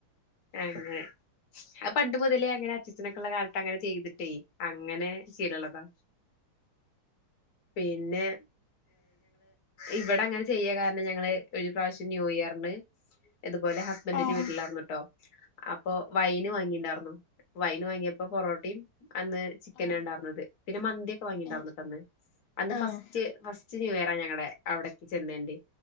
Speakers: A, on the left; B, on the left.
A: അങ്ങനെ പണ്ട് മുതലേ അങ്ങനെ അച്ചച്ചനൊക്കെ ഉള്ള കാലത്ത് അങ്ങനെ ചെയ്തിട്ടേ അങ്ങനെ ശീരളതാ പിന്നെ ഇവിടെ അങ്ങനെ ചെയ്യ കാരണം ഞങ്ങള് ഒരു പ്രാവശ്യം ന്യൂ ഇയറിന് ഇതുപോലെ ഹസ്ബന്ഡറിന്റെ
B: ആഹ്
A: വീട്ടില് ആയിരുന്നൂട്ടോ അപ്പോ വൈന് വാങ്ങിണ്ടായരുന്നു വൈന് വാങ്ങിയപ്പോ പൊറോട്ടയും- അന്ന് ചിക്കന
B: ആഹ്
A: ഉണ്ടാവ പിന്നെ മന്തിയൊക്കെ വാങ്ങിണ്ടന്നട്ടന്ന്
B: ആഹ്
A: അന്ന്
B: ആഹ്
A: ഫസ്റ്റ് ന്യൂ ഇയറാ ഞങ്ങളടെ അവിടേക്ക് ചെന്നേറെ